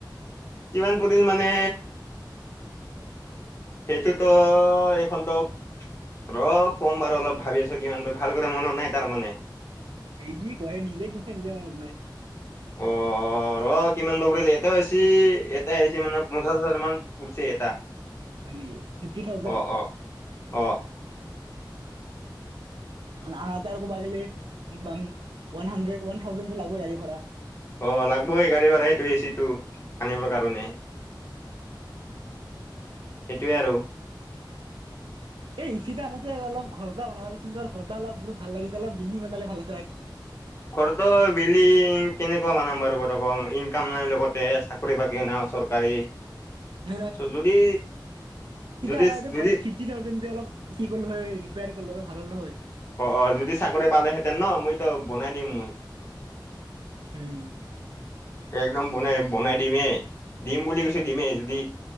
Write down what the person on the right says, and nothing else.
এই কি কৰে নিজে কিনিছে নিজে মনত নাই
হয় নেকি ফিফটি থাউজেণ্ড
আনাটো আকৌ বাঢ়িলেই ওৱান হাণ্ড্ৰেড ওৱান থাউজেণ্ড লাগিব গাড়ী ভাড়া
এই ইচিতা অনাতকে অলপ ঘৰতটা বনাব লাগিছিল ঘৰটা অলপ ভাল লাগি পেলাই বিল্ডিং বনালে ভাল আছিল এক
<unintelligible>
আনাতে
ফিফটি থাউজেণ্ড যে অলপ কি কৰিলো হয় <unintelligible>
উম।